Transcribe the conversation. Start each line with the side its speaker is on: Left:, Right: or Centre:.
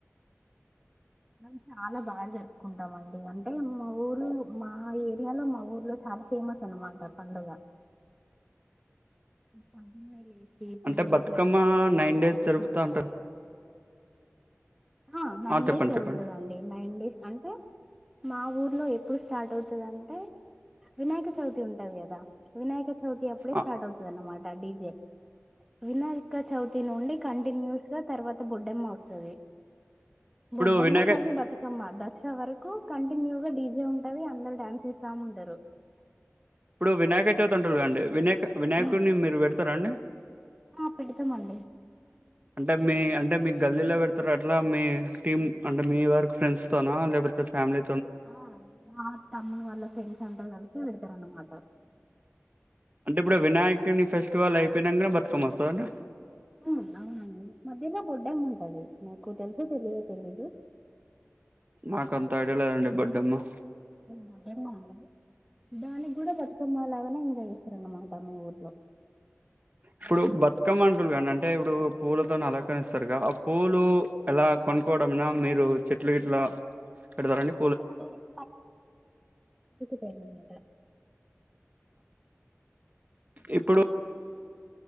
Centre: మేమ చాలా బాగా జరుపుకుంటాం అండి అంటే మా ఊరు మా ఏరియాలో మా ఊర్లో చాలా ఫేమస్ అనమాట పండుగ పొద్దున్నే లేచి సీ పూలు
Right: అంటే బతుకమ్మ
Centre: ఇట్ల అన్నీ తీసుకొని
Right: నైన్
Centre: వచ్చి
Right: డేస్ జరుపుతా
Centre: స్నానాలు
Right: అంటారు
Centre: హ నైన్
Right: ఆ చెప్పండి
Centre: డేస్ జరుగుతుందండి
Right: చెప్పండి
Centre: నైన్ డేస్ అంటే మా ఊర్లో ఎప్పుడు స్టార్ట్ అవుతదంటే వినాయక చవితి ఉంటది కదా వినాయక చవిత్ వితి అప్పుడే
Right: ఆ
Centre: స్టార్ట్ అవుతదన్నమాట ఆడిజే వినాయక చవితి నుండి కంటిన్యూస్ గా తర్వాత బొడ్డెమ్మ వస్తది
Right: ఇప్పుడు
Centre: బొడ్డమ్మ
Right: వినాయక
Centre: మళ్ళీ బతుకమ్మ దసరా వరక్ కూ కంటిన్యూ గా డీజే ఉంటవి అందరు డ్యాన్స్ చేస్తాముంటరు.
Right: ఇప్పుడు వినాయక చవితి అంటారుకదండి. వినాయ వినాయకుని
Centre: ఉమ్
Right: మీరు పెడతారా అండి
Centre: ఆ పెడతామండి
Right: అంటే మీ అంటే మీకు గల్లీలో పెడతారు అట్లా మీ టీమ్ అంటే మీ వర్కు ఫ్రెండ్స్ తోనా లేకపోతే ఫ్యామిలీ
Centre: ఆ నా తమ్ముని వాళ్ళ ఫ్రెండ్స్ ఫ్రెండ్స్ అందరు కలసి పెడతరన్న మాట
Right: అంటే ఇప్పుడు వినాయకుని ఫెస్టివల్ అయిపోయినంగ బతుకమ్మ వస్తాదాండి
Centre: ఊ అవునండి మధ్యలో బొడ్డమ్మ ఉంటది మీకు తెలుసో తెలియదో తెలీదు
Right: నాకు అంత ఐడియా లేదండి బొడ్డెమ్మ
Centre: ఊ బొడ్డెమ్మ అండి దానికి కూడా బతుకమ్మ లాగానే ఇంకా చేస్తారాన్నమాట మా ఊర్లో
Right: ఇప్పుడు బతుకమ్మంటలు కా అంటే ఇప్పుడు పూలతో అలంకరిస్తారు ఆ పూలు ఎలా కొనుక్కోవడంనా మీరు చెట్లు గట్లా పెడతారుండి
Centre: <unintelligible> సనిదా
Right: ఇప్పుడు